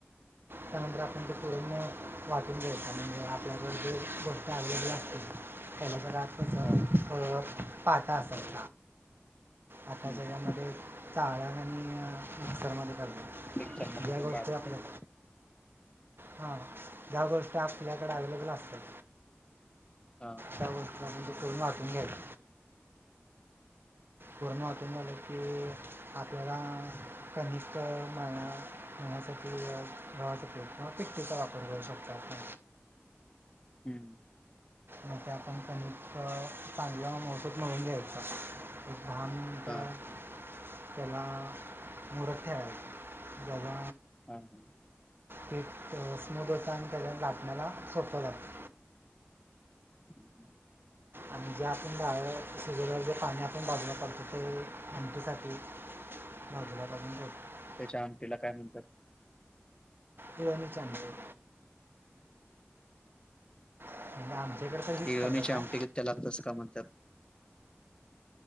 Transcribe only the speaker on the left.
हा
हम्म
मिक्सर मध्ये
पण
बारीक
करतात
हां
हं
हा
हां हां
हं हं
त्याच्या अमीला काय म्हणतात
ही यांनीच्या
आमटिकेत त्या लागत अस का म्हणतात?